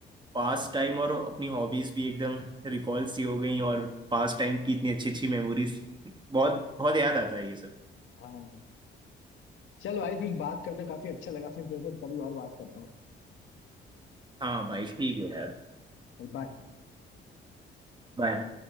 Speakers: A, on the right (about 25°); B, on the left (about 75°).
A: पास टाइम और अपनी हॉबीज भी एकदम रिकॉल सी हो गई और पास टाइम की इतनी अच्छी अच्छी मेमोरीज बहुत बहुत याद आता है ये सब
B: हाँ चल भाई फिर बात करते काफी अच्छा लगा फिर तेरे से कभी और बात करता हूँ
A: हाँ भाई ठीक है यार
B: चल बाय
A: बाय